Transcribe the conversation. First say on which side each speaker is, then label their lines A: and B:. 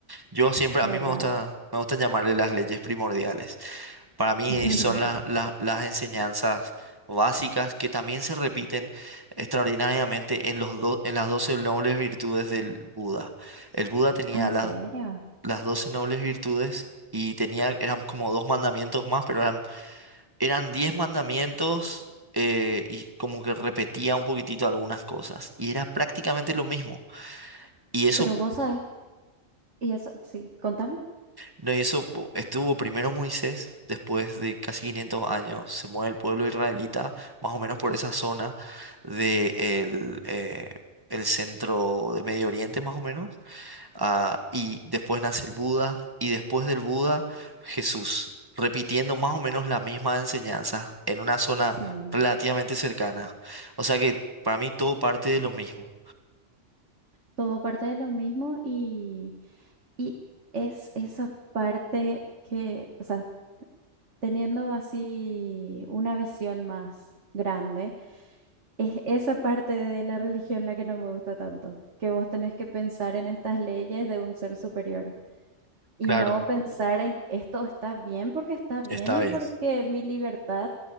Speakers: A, on the right; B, on the right.
A: Yo siempre,
B: de
A: a
B: verdad.
A: mí me gusta, me gusta llamarle las leyes primordiales. Para mí
B: <laughs>
A: eh, son la- la- las enseñanzas básicas que también se repiten extraordinariamente en los do- en las doce nobles virtudes del Buda. El Buda tenía
B: Ah, ¿En
A: las
B: serio?
A: las doce nobles virtudes y tenía, eran como dos mandamientos más, pero eran, eran diez mandamientos eh, y como que repetía un poquitito algunas cosas. Y era prácticamente lo mismo. Y eso
B: Pero vos sabés, y eso, sí, contame.
A: No, y eso pu- estuvo primero Moisés, después de casi 500 años, se mueve el pueblo israelita, más o menos por esa zona de el, eh, el centro de Medio Oriente, más o menos, ah, y después nace el Buda, y después del Buda, Jesús, repitiendo más o menos la misma enseñanza en una zona
B: Sí,
A: relativamente cercana. O sea que para mí todo parte de lo mismo.
B: todo parte de lo mismo y, y es esa parte que, o sea, teniendo así una visión más grande, es esa parte de la religión la que no me gusta tanto, que vos tenés que pensar en estas leyes de un ser superior y
A: Claro,
B: no pensar en esto está bien porque está bien
A: está
B: y
A: bien.
B: porque mi libertad